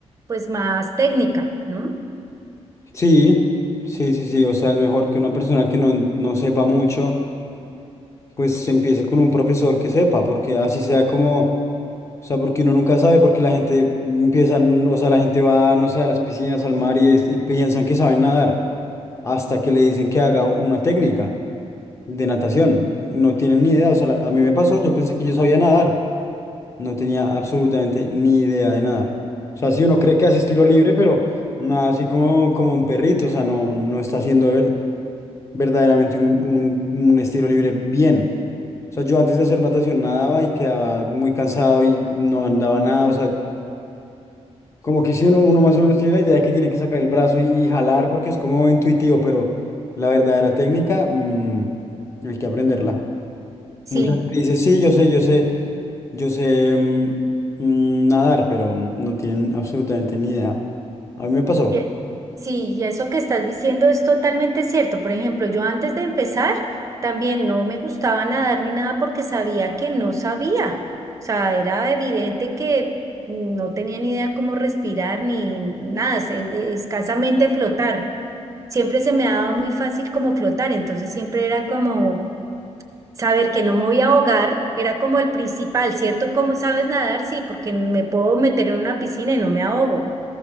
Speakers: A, on the right (about 30°); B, on the left (about 25°).
A: pues más técnica, ¿no?
B: Sí, sí, sí, sí. O sea, es mejor que una persona que no, no sepa mucho, pues se empiece con un profesor que sepa, porque así sea como, o sea, porque uno nunca sabe, porque la gente empieza, o sea, la gente va, no sé, a las piscinas, al mar y, es- y piensan que saben nadar, hasta que le dicen que haga una técnica de natación. No tienen ni idea, o sea, la- a mí me pasó, yo pensé que yo sabía nadar, no tenía absolutamente ni idea de nadar. O sea, sí, uno cree que hace estilo libre, pero... Nada, así como, como un perrito, o sea, no, no está haciendo verdaderamente un, un- un estilo libre bien. O sea, yo antes de hacer natación nadaba y quedaba muy cansado y no andaba nada. O sea, como que si uno, uno más o menos tiene la idea de que tiene que sacar el brazo y, y jalar porque es como intuitivo, pero la verdadera técnica, mm, hay que aprenderla.
A: Sí.
B: Mucha gente dice, sí, yo sé, yo sé, yo sé mm, mm, nadar, pero no tienen absolutamente ni idea. A mí me pasó.
A: Y- Sí, y eso que estás diciendo es totalmente cierto. Por ejemplo, yo antes de empezar también no me gustaba nadar ni nada porque sabía que no sabía. O sea, era evidente que no tenía ni idea cómo respirar ni nada, es- es- escasamente flotar. Siempre se me daba muy fácil como flotar, entonces siempre era como saber que no me voy a ahogar, era como el principal, ¿cierto? ¿Cómo sabes nadar? Sí, porque me puedo meter en una piscina y no me ahogo